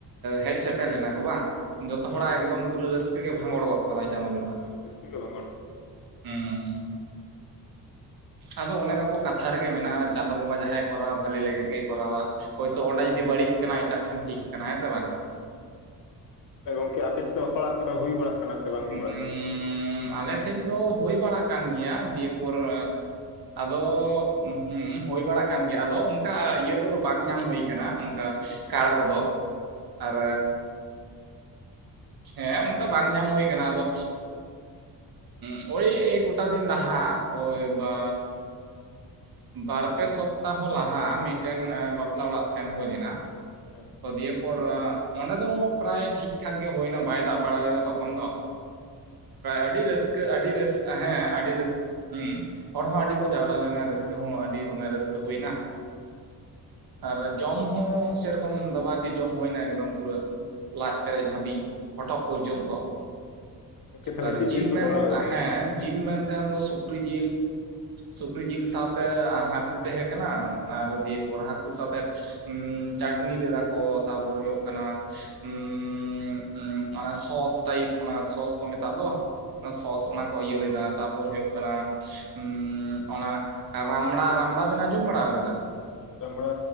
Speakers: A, on the right; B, on the left.
A: ᱦᱮᱡ ᱥᱮᱴᱮᱨ ᱞᱮᱱᱟ ᱠᱚ ᱵᱟᱝ ᱡᱚᱛᱚ
B: ᱦᱩᱸ
A: ᱦᱚᱲᱟᱜ ᱮᱠᱫᱚᱢ ᱯᱩᱨᱟᱹ ᱨᱟᱹᱥᱠᱟᱹ ᱜᱮ ᱵᱷᱟᱸᱜᱬ ᱜᱚᱫ ᱫᱟᱨᱟᱭ ᱪᱟᱸᱫᱳᱵᱚᱸᱜᱟ
B: ᱨᱟᱹᱥᱠᱟᱹ
A: <inaudible>
B: ᱨᱟᱹᱥᱠᱟᱹ ᱜᱮ ᱵᱟᱝ ᱜᱟᱱᱚᱜ
A: ᱦᱩᱸ ᱟᱫᱚ ᱚᱱᱮ ᱫᱚᱠᱚ ᱠᱟᱛᱷᱟ ᱨᱮᱜᱮ ᱢᱮᱱᱟᱜᱼᱟ ᱪᱟᱸᱫᱳ ᱵᱚᱸᱜᱟ ᱡᱟᱦᱟᱸᱭ ᱠᱚᱨᱟᱣᱟ ᱵᱷᱟᱞᱤ ᱞᱟᱹᱜᱤᱫ ᱜᱮᱭ ᱠᱚᱨᱟᱣᱟ ᱦᱳᱭᱛᱳ ᱚᱸᱰᱮ ᱡᱩᱫᱤ ᱵᱟᱹᱲᱤᱡ ᱠᱟᱱᱟᱭ ᱮᱴᱟᱜ ᱴᱷᱮᱱ ᱴᱷᱤᱠ ᱠᱟᱱᱟ ᱦᱮᱸ ᱥᱮ ᱵᱟᱝ
B: ᱦᱚᱭ ᱜᱚᱝᱠᱮ ᱟᱯᱮᱥᱮᱫ ᱫᱚ ᱵᱟᱯᱟᱞᱟᱜ ᱠᱚᱫᱚ ᱦᱩᱭ ᱵᱟᱲᱟᱜ ᱠᱟᱱᱟ ᱥᱮ
A: <unintelligible>
B: ᱵᱟᱝ ᱦᱩᱭ ᱵᱟᱲᱟᱜ ᱠᱟᱱᱟ?
A: ᱟᱞᱮ ᱥᱮᱫ ᱫᱚ ᱦᱩᱭ ᱵᱟᱲᱟᱜ ᱠᱟᱱ ᱜᱮᱭᱟ ᱫᱤᱭᱮᱯᱚᱨ ᱟᱫᱚ ᱦᱮᱸ ᱦᱩᱭ ᱵᱟᱲᱟᱜ ᱠᱟᱱ ᱜᱮᱭᱟ ᱟᱫᱚ ᱚᱱᱠᱟ ᱤᱭᱟᱹ ᱠᱚᱫᱚ ᱵᱟᱝ ᱧᱟᱢ ᱦᱩᱭ ᱠᱟᱱᱟ ᱚᱱᱠᱟ ᱠᱟᱬ ᱠᱚᱫᱚ ᱟᱨ ᱦᱮᱸ ᱚᱱᱠᱟ ᱵᱟᱝ ᱧᱟᱢ ᱦᱩᱭᱩ ᱠᱟᱱᱟ ᱟᱫᱚ ᱦ ᱳᱭ ᱮᱭ ᱜᱳᱴᱟ ᱫᱤᱱ ᱞᱟᱦᱟ ᱭ
B: ᱦᱮᱸ
A: ᱵᱟ ᱵᱟᱨ ᱯᱮ ᱥᱚᱯᱛᱟᱦᱚ ᱞᱟᱦᱟ ᱢᱤᱫ ᱴᱮᱱ ᱵᱟᱯᱞᱟ ᱚᱲᱟᱜ ᱥᱮᱱ ᱦᱳᱭ ᱞᱮᱱᱟ᱾
B: ᱦᱮᱸ
A: ᱫᱤᱭᱮ ᱯᱚᱨᱟ ᱚᱸᱰᱮ ᱫᱚ ᱯᱨᱟᱭ ᱴᱷᱤᱠ ᱴᱷᱟᱠ ᱜᱮ ᱦᱩᱭᱱᱟ ᱵᱟᱭ ᱫᱟᱜ ᱵᱟᱲᱟ ᱞᱮᱫᱟ ᱛᱚᱠᱷᱚᱱ ᱫᱚ ᱟᱹᱰᱤ ᱨᱟᱹᱥᱠᱟᱹ ᱟᱹᱰᱤ ᱨᱟᱹᱥᱠᱟᱹ ᱦᱮᱸ ᱟᱹᱰᱤ ᱨᱟᱹᱥᱠᱟᱹ ᱦᱮᱸ ᱦᱚᱲ ᱦᱚᱸ ᱟᱹᱰᱤ ᱠᱚ ᱡᱟᱣᱨᱟ ᱞᱮᱱᱟ ᱨᱟᱹᱥᱠᱟᱹ ᱦᱚᱸ ᱟᱹᱰᱤ ᱫᱚᱢᱮ ᱨᱟᱹᱥᱠᱟᱹ ᱦᱩᱭᱱᱟ ᱟᱨ ᱡᱚᱢ ᱦᱚᱸ ᱥᱮᱨᱚᱠᱚᱢ ᱫᱟᱵᱟᱠᱮ ᱡᱚᱢ ᱦᱩᱭᱱᱟ ᱮᱠᱚᱢ ᱯᱩᱨᱟᱹ ᱞᱟᱡ ᱯᱮᱨᱮᱡ ᱫᱷᱟᱹᱵᱤᱡ ᱦᱚᱴᱚᱜ ᱯᱚᱨᱡᱚᱱᱛᱚ
B: ᱜᱚᱝᱠᱮ ᱛᱟᱦᱞᱮ
A: ᱟᱨ
B: ᱪᱮᱫ
A: ᱡᱤᱞ
B: ᱠᱚ
A: ᱢᱮᱱ
B: ᱠᱚᱨᱟᱣ ᱞᱮᱫᱟ ᱛᱟᱦᱞᱮ?
A: ᱦᱮᱸ ᱡᱤᱞ ᱢᱮᱱ ᱛᱟᱦᱮᱱ ᱫᱚ ᱥᱩ <unintelligible> ᱡᱮᱞ ᱥᱩᱠᱨᱤ ᱡᱤᱞ ᱥᱟᱶᱛᱮ ᱦᱟᱠᱩ ᱛᱟᱦᱮᱸ ᱠᱟᱱᱟ ᱟᱨ ᱫᱤᱭᱮ ᱯᱚᱨ ᱦᱟᱠᱩ ᱥᱟᱶᱛᱮ ᱪᱟᱴᱱᱤ ᱞᱮᱫᱟᱠᱚ ᱛᱟᱯᱚᱨ ᱦᱚᱭᱩᱜ ᱠᱟᱱᱟ ᱩᱸᱻ ᱚᱱᱟ ᱥᱚᱥ ᱴᱟᱭᱤᱯ ᱚᱱᱟ ᱥᱚᱥ ᱠᱚ ᱢᱮᱛᱟᱜ ᱫᱚ ᱚᱱᱟ ᱥᱚᱥ
B: ᱦᱩᱸ
A: ᱚᱱᱟ ᱠᱚ ᱤᱭᱟᱹ ᱞᱮᱫᱟ ᱛᱟᱨᱯᱚᱨ ᱦᱳᱭᱳᱜ ᱠᱟᱱᱟ ᱩᱸᱻ ᱚᱱᱟ ᱨᱟᱢᱲᱟ ᱨᱟᱢᱵᱽᱲᱟ ᱵᱮᱱ ᱟᱸᱡᱚᱢ ᱵᱟᱲᱟ ᱠᱟᱫᱟ?
B: ᱨᱟᱢᱵᱽᱲᱟ